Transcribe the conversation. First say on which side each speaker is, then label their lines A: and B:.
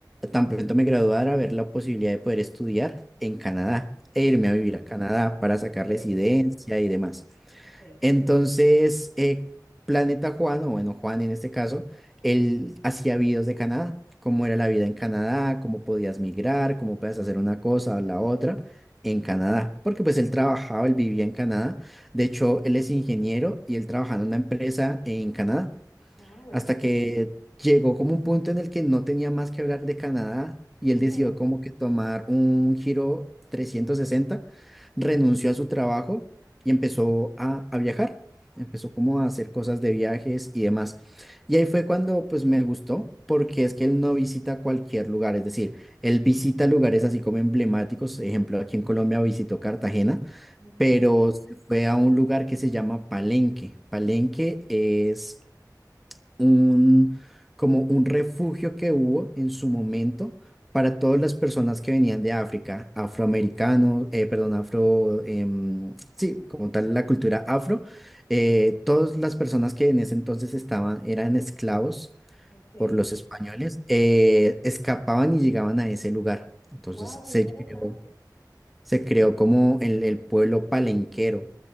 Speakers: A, in the centre; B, on the left (about 30°).
A: tan pronto me graduara, ver la posibilidad de poder estudiar en Canadá
B: Buenísimo.
A: e irme a vivir a Canadá para sacar
B: Ok,
A: residencia y demás.
B: ok.
A: Entonces, eh, Planeta Juan, o bueno, Juan en este caso, él hacía videos de Canadá, cómo era la vida en Canadá, cómo podías migrar, cómo podías hacer una cosa o la otra en Canadá, porque pues él trabajaba, él vivía en Canadá, de hecho, él es ingeniero y él trabajaba en una empresa en Canadá
B: Ah, buenísimo.
A: hasta que llegó como un punto en el que no tenía más que hablar de Canadá y
B: <laughs>
A: él decidió como que tomar un giro trescientos sesenta renunció a su trabajo y empezó a, a viajar, empezó como a hacer cosas de viajes y demás. Y ahí fue cuando pues me gustó, porque es que él no visita cualquier lugar, es decir, él visita lugares así como emblemáticos, ejemplo, aquí en Colombia visitó Cartagena,
B: Ok.
A: pero se fue a un lugar que se llama Palenque. Palenque es un, como un refugio que hubo en su momento para todas las personas que venían de África, afroamericanos, eh, perdón, afro, em, sí, como tal la cultura afro,
B: Mm,
A: eh, todas las personas que en ese entonces estaban, eran esclavos
B: Ok,
A: por los españoles, eh, escapaban y llegaban a ese lugar. Entonces
B: wow, qué
A: se
B: interesante.
A: creó se creó como el, el pueblo palenquero.